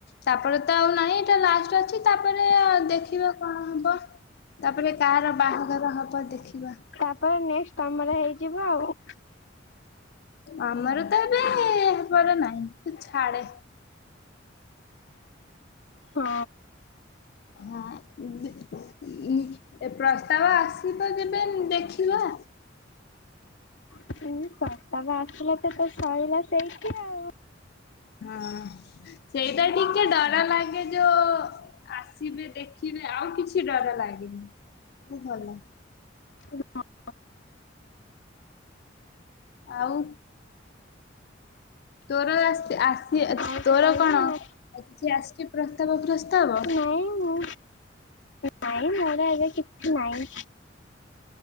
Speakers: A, on the left; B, on the left.
A: ତାପରେ ତ ଆଉ ନାହିଁ ଏଟା ଲାଷ୍ଟ ଅଛି ତାପରେ ଦେଖିବା କଣ ହବ। ତାପରେ କାହାର ବାହାଘର ହବ ଦେଖିବା।
B: ତାପରେ ନେକ୍ସଟ ତମର ହେଇଯିବ ଆଉ।
A: ଆମର ତ ଏବେ ହେବାର ନାହିଁ ତୁ ଛାଡେ
B: ହଁ।
A: ହଁ ଇବି ଇ ଏ ପ୍ରସ୍ତାବ ଆସିବ ଯେବେ ଦେଖିବା।
B: ଉଁ ପ୍ରସ୍ତାବ ଆସିଲା ତୋର ତ ସଇଲା ସେଇଠି ଆଉ।
A: ହଁ ସେଇଟା ଟିକେ ଡର ଲାଗେ ଯୋ ଆସିବେ ଦେଖିବେ ଆଉ କିଛି ଡର ଲାଗେନି ମୁଁ ଭଲ
B: ଉ ହଁ।
A: ଆଉ? ତୋର ଆସି ଆଶଚି
B: ଆଉ
A: ତୋର
B: କହିବୁ
A: କଣ
B: ନା
A: ଆଜି ଆସିଛି ପ୍ରସ୍ତାବ ଫ୍ରସ୍ତାବ।
B: ନାଇଁ ମୁଁ ନାଇଁ ମୋର ଏବେ କିଛି ନାଇଁ।